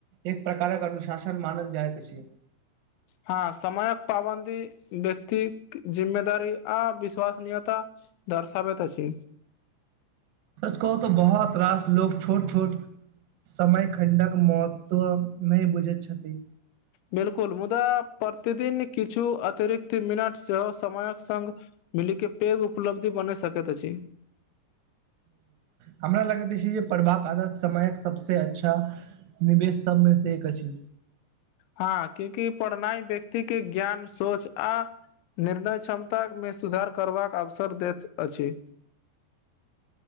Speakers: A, on the right (about 70°); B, on the left (about 80°).
A: एक प्रकारक अनुशासन मानल जाइत अछि
B: हाँ समयक पाबन्दी व्यक्ति जिम्मेदारी आ विश्वसनीयता दर्शाबैत अछि
A: सच कहू तो बहुत रास लोग छोट छोट समय खण्डक महत्व नहि बुझैत छथि
B: बिलकुल मुद्दा प्रतिदिन किछु अतिरिक्त मिनट सेहो समयक संग मिली के पैघ उपलब्धि बन सकैत अछि
A: हमरा लगैत अछि जे पढ़बाक आदत समयक सबस अच्छा निवेश सबमे से एक अछि
B: हँ क्यूकि पढ़नाइ व्यक्ति के ज्ञान सोच आ निर्णय क्षमता मे सुधार करबाक अवसर दैत अछि